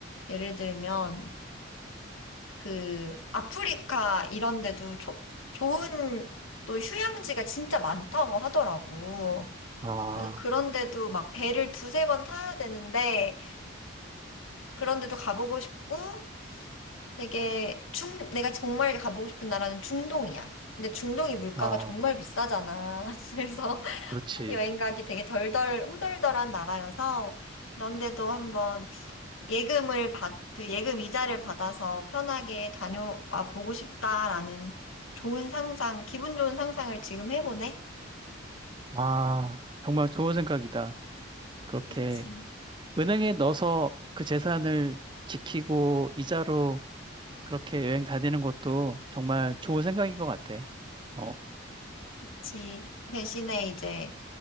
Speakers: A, on the left (about 80°); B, on the right (about 25°).
A: 예를 들면 그 아프리카 이런 데도 조- 좋은 또 휴양지가 진짜 많다고 하더라고.
B: 아,
A: 그래서 그런데도 막 배를 두세 번 타야 되는데 그런 데도 가보고 싶고 되게 충, 내가 정말 가보고 싶은 나라는 중동이야. 근데 중동이 물가가
B: 아,
A: 정말 비싸잖아. <laughs> 그래서
B: 그렇지.
A: 여행 가기 되게 덜덜 후덜덜한 나라여서 그런데도 한번 예금을 받, 그 예금 이자를 받아서 편하게 다녀와 보고 싶다라는 좋은 상상, 기분 좋은 상상을 지금 해보네.
B: 아, 정말 좋은 생각이다. 그렇게
A: 그치.
B: 은행에 넣어서 그 재산을 지키고 이자로 그렇게 여행 다니는 것도 정말 좋은 생각인 것 같아. 어,
A: 그치. 대신에 이제